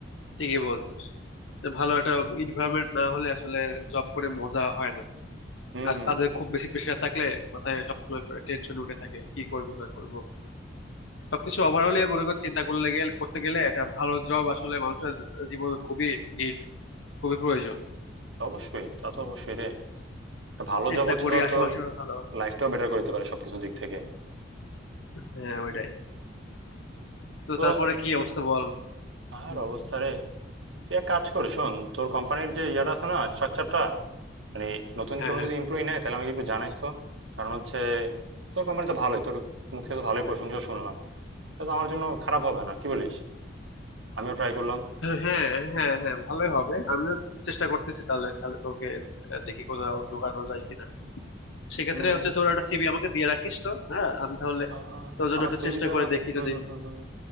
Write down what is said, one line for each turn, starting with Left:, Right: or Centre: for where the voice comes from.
Left: ঠিকই বলছিস যে ভালো একটা এনভায়রনমেন্ট না হলে আসলে জব করে মজা হয় না
Right: হুম
Left: আর
Right: হুম
Left: কাজে খুব বেশি প্রেশার থাকলে মাথায় সবসময় টেনশন উঠে থাকে কি করব না করব সবকিছু ওভারঅলে মনে কর চিন্তা করলে গেলে করতে গেলে একটা ভালো জব আসলে মানুষের জীবনে খুবই নিড খুবই প্রয়োজন
Right: অবশ্যই তা তো অবশ্যই রে একটা ভালো
Left: চেষ্টা
Right: জব হচ্ছে
Left: করি
Right: ধর
Left: আশেপাশে
Right: তোর
Left: ভালো
Right: লাইফটাও বেটার করে দিতে পারে সবকিছু দিক থেকে
Left: হ্যাঁ ওইটাই তো
Right: তো
Left: তারপরে কি অবস্থা বল
Right: আর
Left: হুম
Right: অবস্থা রে তুই এক কাজ কর শোন তোর কোম্পানির যে ইয়াটা আছে না স্ট্রাকচারটা মানে নতুন
Left: হ্যাঁ
Right: কোনো
Left: হ্যাঁ
Right: যদি এমপ্লয়ি নেয় তাহলে আমাকে একটু জানাইস তো কারণ হচ্ছে তোর কোম্পানি তো ভালোই তোর মুখ থেকে তো ভালোই প্রশংসা শুনলাম তা তো আমার জন্য খারাপ হবে না কি বলিস আমিও ট্রাই করলাম
Left: হ্যাঁ হ্যাঁ হ্যাঁ ভালোই হবে আমিও চেষ্টা করতেছি তাহলে তাহলে তোকে দেখি কোথাও ঢোকানো যায় কিনা সেক্ষেত্রে
Right: উম,
Left: হচ্ছে তোর একটা সিভি আমাকে দিয়ে রাখিস তো হ্যাঁ আমি তাহলে
Right: আহ,
Left: তোর জন্য
Right: আমার
Left: একটু
Right: সিভিটা
Left: চেষ্টা করে দেখি
Right: হুম
Left: যদি
Right: হুম হুম হুম